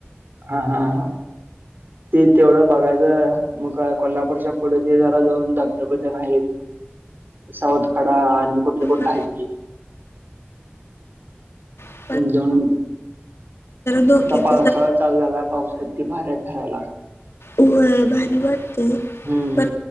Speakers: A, on the right (about 55°); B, on the left (about 85°).
A: हा हा हा ते तेवढं बघायचं मग कोल्हापूरच्या पुढे ते जरा जाऊन धबधब्या ते नाहीत साऊथखडा आणि कुठलं कुठलं
B: हा,
A: आहेत की
B: ह ह
A: दोन
B: धोक्यातच
A: तपावसच चाललेला पाऊसात त भार आहे करायला
B: उ भारी वत
A: हम्म